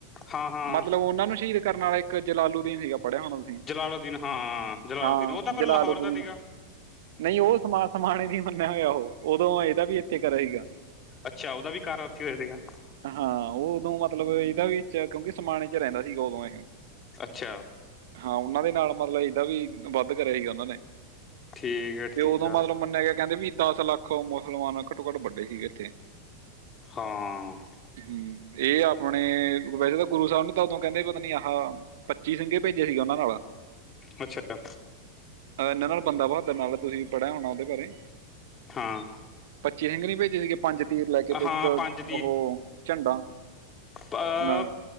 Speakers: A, on the left; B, on the right.
A: ਹਾਂ-ਹਾਂ
B: ਮਤਲਬ ਨਾ ਨੂੰ ਸ਼ਹੀਦ ਕਰਨ ਵਾਲਾ ਇੱਕ ਜਲਾਲੂਦੀਨ ਸੀਗਾ ਪੜ੍ਹਿਆ ਹੋਣਾ ਤੁਸੀਂ।
A: ਜਲਾਲੂਦੀਨ ਹਾਂ ਜਲਾਲੂਦੀਨ
B: ਹਾਂ
A: ਓ ਤਾਂ ਪਰ
B: ਜਲਾਲੂਦੀਨ
A: ਲਾਹੌਰ ਦਾ ਸੀਗਾ।
B: ਨਹੀਂ ਓ ਸਮਾ ਸਮਾਾਨੇ ਦੀ ਮੰਨਿਆ ਗਯਾ ਓ ਉਦੋਂ ਏਦਾ ਵੀ ਇੱਥੇ ਕਰੇ ਸੀਗਾ।
A: ਅੱਛਾ ਓਦਾ ਵੀ ਕਾਰਾ ਉੱਥੇ ਹੋਯਾ ਸੀਗਾ।
B: ਹਾਂ ਉਦੋਂ ਮਤਲਬ ਏਦਾ ਵੀ ਕਿਉਂਕਿ ਸਮਾਨਣੇ ਚ ਰੈਂਦਾ ਸੀਗਾ ਓਦੋਂ ਏਹ।
A: ਅੱਛਾ।
B: ਹਾਂ ਓਨਾਂ ਦੇ ਨਾਲ ਮਤਲਬ ਏਦਾਂ ਵੀ ਵੱਧ ਕਰਿਆ ਸੀਗਾ ਓਨਾਂ ਨੇ
A: ਠੀਕ ਆ
B: ਤੇ
A: ਠੀਕ
B: ਓਦੋਂ
A: ਆ
B: ਮਤਲਬ ਮੰਨਿਆ ਗਯਾ ਕੈੰਦੇ ਵੀ ਦੱਸ ਲੱਖ ਮੁਸਲਮਾਨ ਘੱਟੋ-ਘੱਟ ਵੱਡੇ ਸੀਗੇ ਐਥੇ।
A: ਹਾਂ।
B: ਹੂੰ ਏ ਆਪਣੇ ਵੈਸੇ ਤਾਂ ਗੁਰੂ ਸੈਬ ਨੂੰ ਤਾਂ ਓਦੋਂ ਕੈੰਦੇ ਪਤਾ ਨੀ ਆਹ ਪੱਚੀ ਸਿੰਘ ਪੇਜੇ ਸੀਗੇ ਓਨਾਂ ਨਾਲਾ।
A: ਆ ਛੱਡ ਆ
B: ਏਨਾਂ ਨਾਲ ਬੰਦਾ ਬਹਾਦਰ ਨਾਲ ਤੁਸੀਂ ਪੜ੍ਹਿਆ ਹੋਣਾ ਓਦੇ ਬਾਰੇ
A: ਹਾਂ।
B: ਪੱਚੀ ਸਿੰਗ ਨੀ ਪੇਜੇ ਸੀਗੇ ਪੰਜ ਤੀਰ ਲੈ ਕੇ ਤੇ
A: ਹਾਂ
B: ਇੱਕ ਓਹ
A: ਪੰਜ
B: ਝੰਡਾ
A: ਪਾਪ
B: ਨਾਲ